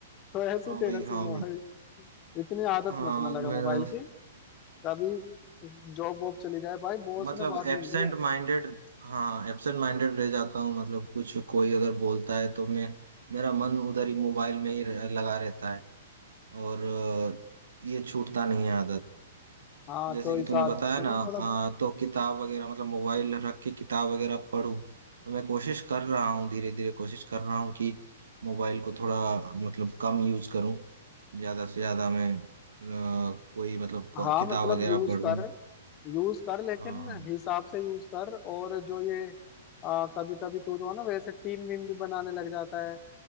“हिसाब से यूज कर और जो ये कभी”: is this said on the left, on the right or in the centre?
Left